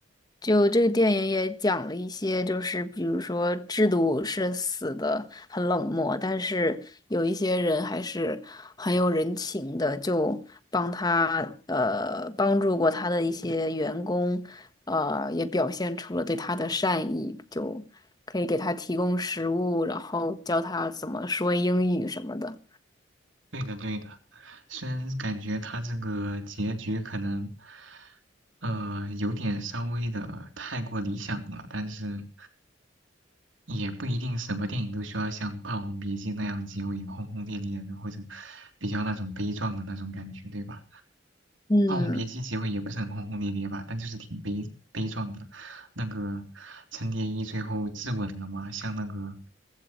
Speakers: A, on the left; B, on the right.
A: 就这个电影也讲了一些，就是比如说制度是死的很冷漠，但是有一些人还是很有人情的，就帮他呃帮助过他的一些员工，呃也表现出了对他的善意，就可以给他提供食物，然后教他怎么说英语什么的。
B: 对的，对的。虽然感觉他这个结局可能，呃，有点稍微的太过理想了，但是也不一定什么电影都需要像《霸王别姬》那样结尾轰轰烈烈的，或者比较那种悲壮的那种感觉，对吧？
A: 嗯，
B: 《霸王别姬》结尾也不是很轰轰烈烈吧，但就是挺悲悲壮的。那个陈蝶衣最后自刎了吗？像那个，